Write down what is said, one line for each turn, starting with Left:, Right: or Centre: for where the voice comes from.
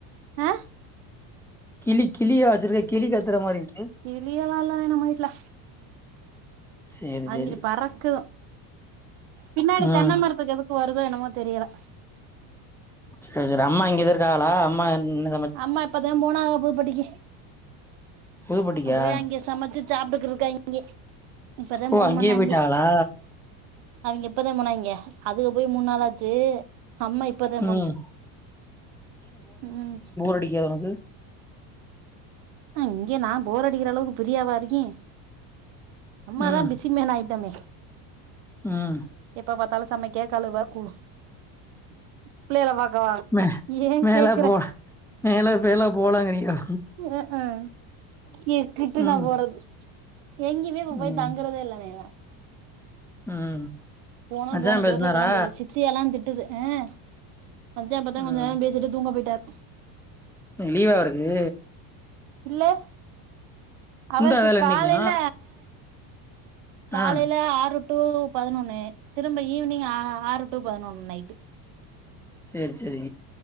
Right: ஆ
Centre: கிளி கிளியா வச்சிருக்க கிளி கத்துற மாரிருக்கு
Right: கிளி எல்லா இல்லணே நம்ம வீட்ல
Centre: சரி
Right: அங்கிரு
Centre: சரி
Right: பறக்கு பின்னாடி
Centre: ம்
Right: தென்ன மரத்துக்கு எதுக்கு வருதோ என்னமோ தெரியல
Centre: சேர் சேரி அம்மா இங்கதே இருக்காகலா அம்மா <unintelligible>
Right: அம்மா இப்பதே போனாக பூப் பட்டிக்கி
Centre: புதுப்பட்டிக்கா
Right: நா போயி அங்கெ சமச்சு சாப்டுக் இருக்காங்கே இப்பதா
Centre: ஓ
Right: ஃபோன்
Centre: அங்கேயே
Right: பண்ணாங்கே
Centre: போயிட்டாங்களா
Right: அவெங்க இப்பதே போனாங்கே அதுக போய் மூன் நாளாச்சு அம்மா இப்பதே
Centre: ம்
Right: போனுச்சு ம்
Centre: பிடிக்காது ஒனக்கு
Right: இங்க நா போர் அடிக்கிற அளவுக்கு பிரியாவா இருக்கே அம்மாதா
Centre: ம்
Right: பிசி <unintelligible> ஐட்டமே
Centre: ம்
Right: எப்ப பாத்தாலு சமைக்க கழுவ கு பிள்ளைகல பாக்கவா
Centre: மே
Right: ஏ
Centre: மேல
Right: கேக்குற
Centre: போ மேல பேல போலங்கிறியா
Right: ம் ம் எங்க்குட்டு
Centre: ம்
Right: நா போறது எங்கெய்மே இப்ப போய்
Centre: ம்
Right: தங்குறதே இல்லண்ணே நா
Centre: ம்
Right: <unintelligible> போன
Centre: மச்சா பேசுனாரா
Right: ஜோர்லே கெளம்பிருச்சு சித்தியலா திட்டுது ம் அத்தே இப்பதே
Centre: ம்
Right: கொஞ்ச நேரொ பேசிட்டு தூங்க போயிட்டாரு
Centre: லீவா இருக்கு
Right: இல்லெ அவருக்கு
Centre: உண்டா வேல இன்னைக்கு
Right: காலைல காலைல
Centre: ஆ
Right: ஆறு டூ பதினொன்னு திரும்ப ஈவினிங் ஆறு டு பதினொன்னு நைட்டு
Centre: சேரி சேரி